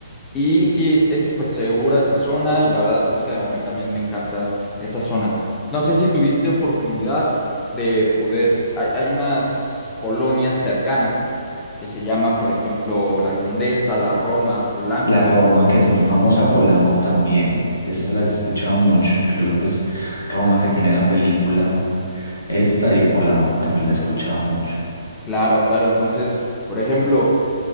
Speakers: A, on the left; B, on the left.
A: Y sí, es es súper segura esa zona y la verdad es que a mí también me encanta esa zona. No sé si tuviste oportunidad de poder, hay, hay unas colonias cercanas que se llaman, por ejemplo, La Condesa, La Roma, Polanco.
B: La Roma, que es muy famosa, Polanco también, esas las he escuchado mucho, incluso pues Roma que tiene la película esta y Polanco también la he escuchado mucho.
A: Claro, claro. Entonces, por ejemplo,